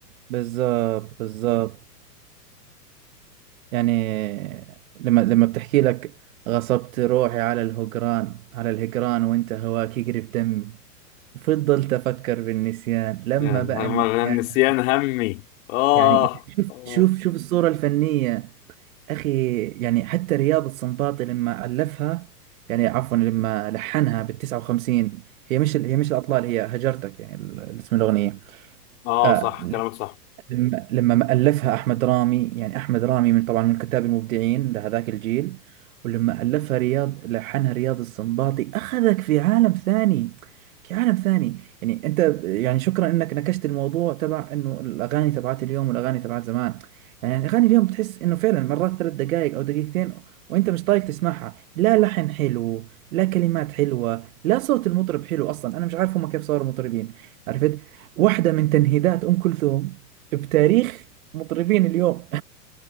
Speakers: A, on the right (about 55°); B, on the left (about 50°).
A: بالظبط بالظبط يعني لما لما بتحكي لك غصبت روحي على الهجران على الهجران وانت هواك يقرب دمي وفضلت أفكر بالنسيان لما
B: يا نهار-
A: بقى النسيان
B: النسيان همي آه
A: يعني شوف
B: آه
A: شوف شوف الصورة الفنية أخي يعني حتى رياض السنباطي لما ألفها يعني عفوا لما لحنها بال 59 هي مش هي مش الأطلال هي هجرتك يعني ال- اسم الأغنية
B: آه
A: آه
B: صح كلامك صح
A: لما لما ما ألفها أحمد رامي يعني أحمد رامي من طبعا من الكتاب المبدعين لهذاك الجيل ولما ألفها رياض لحنها رياض السنباطي أخذك في عالم ثاني في عالم ثاني يعني أنت يعني شكرا أنك نكشت الموضوع تبع أنه الأغاني تبعت اليوم والأغاني تبعت زمان يعني الأغاني اليوم بتحس أنه فعلا مرات ثلاث دقائق أو دقيقتين وأنت مش طايق تسمعها لا لحن حلو لا كلمات حلوة لا صوت المطرب حلو أصلا أنا مش عارف هم كيف صاروا مطربين عرفت واحدة من تنهيدات أم كلثوم بتاريخ مطربين اليوم